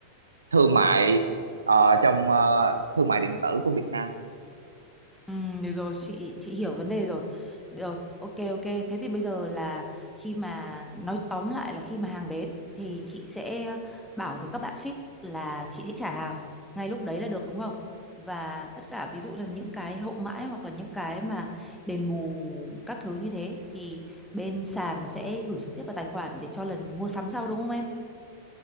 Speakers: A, on the right; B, in the centre.
A: thương mại ờ, trong ờ, thương mại điện tử của Việt Nam
B: Ừ, được rồi chị chị hiểu vấn đề rồi Được rồi ok ok thế thì bây giờ là khi mà nói tóm lại là khi mà hàng đến thì chị sẽ bảo với các bạn ship là chị sẽ trả hàng ngay lúc đấy là được đúng không và tất cả ví dụ là những cái hậu mãi hoặc là những cái mà đền bù các thứ như thế thì bên sàn sẽ gửi trực tiếp vào tài khoản để cho lần mua sắm sau đúng không em